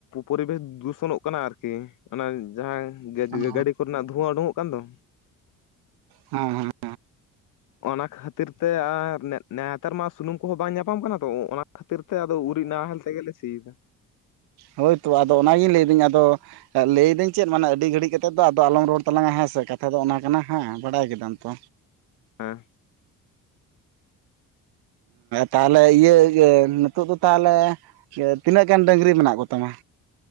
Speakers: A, on the left (about 50°); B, on the right (about 70°).
A: ᱯᱚᱨᱤᱵᱮᱥ ᱫᱩᱥᱚᱱᱚᱜ ᱠᱟᱱᱟ ᱟᱨᱠᱤ ᱚᱱᱟ ᱡᱟᱦᱟᱸ
B: ᱚᱸ
A: ᱜᱟᱹᱰᱤ ᱠᱚᱨᱮᱱᱟᱜ ᱫᱷᱩ ᱫᱷᱩᱣᱟᱹ ᱩᱰᱩᱝᱚᱜ ᱠᱟᱱ ᱫᱚ᱾
B: ᱦᱚᱸ ᱦᱚᱸ ᱚᱸ
A: ᱚᱱᱟ ᱠᱷᱟᱹᱛᱤᱨ ᱛᱮ ᱟᱨ ᱱᱮ ᱱᱮᱛᱟᱨ ᱢᱟ ᱥᱩᱱᱩᱢ ᱠᱚᱦᱚᱸ ᱵᱟᱝ ᱧᱟᱯᱟᱢ ᱠᱟᱱᱟ ᱛᱚ ᱚᱱᱟ ᱠᱷᱟᱹᱛᱤᱨ ᱛᱮ ᱟᱫᱚ ᱩᱨᱤᱡ ᱱᱟᱦᱮᱞ ᱛᱮᱜᱮᱞᱮ ᱥᱤᱭᱮᱫᱟ᱾
B: ᱦᱳᱭ ᱛᱳ ᱟᱫᱚ ᱚᱱᱟᱜᱮ ᱞᱟᱹᱭ ᱫᱤᱧ ᱟᱫᱚ ᱞᱟᱹᱭᱫᱟᱹᱧ ᱪᱮᱫ ᱢᱟᱱᱮ ᱟᱹᱰᱤ ᱜᱷᱟᱹᱲᱤᱡ ᱠᱟᱛᱮᱫ ᱫᱚ ᱟᱫᱚ ᱟᱞᱚᱢ ᱨᱚᱲ ᱛᱟᱞᱟᱝᱟ ᱦᱮᱸ ᱥᱮ ᱠᱟᱛᱷᱟ ᱫᱚ ᱚᱱᱟ ᱠᱟᱱᱟ ᱦᱮᱸ ᱵᱟᱰᱟᱭ ᱠᱮᱫᱟᱢ ᱛᱚ?
A: ᱦᱮᱸ
B: ᱛᱟᱦᱞᱮ ᱤᱭᱟᱹ ᱤᱭᱟᱹ ᱱᱤᱛᱳᱜ ᱫᱚ ᱛᱟᱦᱞᱮ ᱛᱤᱱᱟᱹᱜ ᱜᱟᱱ ᱰᱟᱹᱝᱨᱤ ᱢᱮᱱᱟᱜ ᱠᱚᱛᱟᱢᱟ?